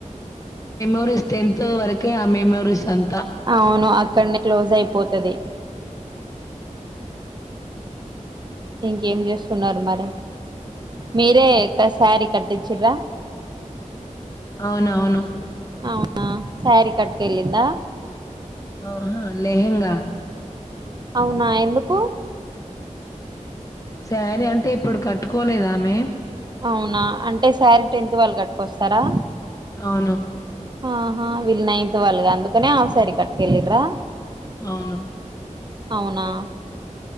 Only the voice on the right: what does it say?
అవును అక్కడ్నే క్లోజ్ అయిపోతది. ఇంకేం చేస్ స్తున్నారు మరి మీరే అ సారీ కట్ చిరా
అవునా సారీ కట్కెలిందా
అవునా ఎందుకూ
అవునా అంటే సారీ టెన్త్ వాళ్ళు కట్ కొస్తరా.
ఆహా! వీళ్ నైన్త్ వాళ్ళుగా అందుకనే హాఫ్ సారీ కట్టుకెళ్ళిరా
అవునా